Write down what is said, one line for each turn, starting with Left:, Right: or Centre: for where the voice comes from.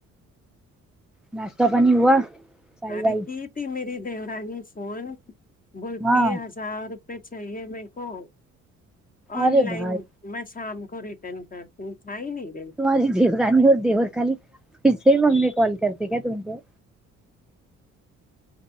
Centre: ناشتہ پانی ہوا چائے
Left: ابھی
Centre: وائی
Left: کی ٹھی میری دیورانی فون بولتی
Centre: ہاں
Left: ہے حس ہزار روپئے چاہیے میر کو آن
Centre: ارے
Left: لائن
Centre: بھائی
Left: میں شام کو ریٹرن کرتی ہو تھا ہی نئی
Centre: تمہاری دیورانی اور دیور خالی پیسے مانگنے کال کرتے کیا تم کو